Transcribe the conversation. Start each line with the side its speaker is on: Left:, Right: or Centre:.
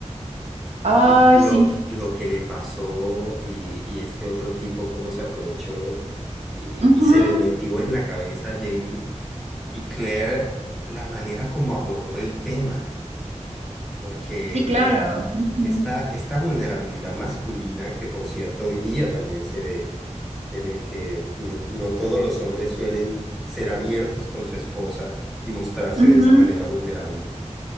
Right: Ay,
Centre: L- Lo,
Right: sí.
Centre: que- lo que le pasó y, y este otro tipo, cómo se aprovechó y,
Right: Ujú,
Centre: y se le metió en la cabeza a Jamie. Y Claire, la manera como abordó el tema, porque
Right: Sí, claro.
Centre: eh,
Right: ujú,
Centre: esta, esta vulnerabilidad masculina, que por cierto hoy día también se ve en el que eh, no todos los hombres suelen ser abiertos con su esposa y mostrarse
Right: ujú,
Centre: de esa manera vulnerable,